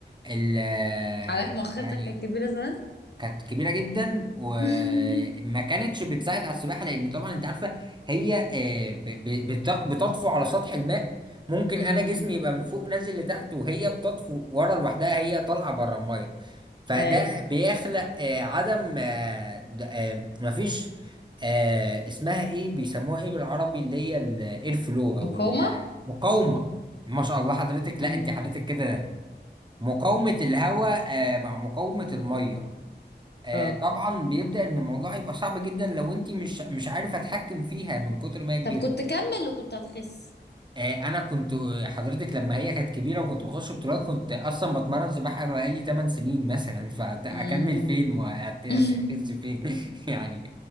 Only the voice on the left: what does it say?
حضرتك مؤخرتك
كانت كبيره زمان
<laughs>
امم
اي
مقاومه
امم
اه
طب كنت كمل وكنت هتخس
امم
<laughs>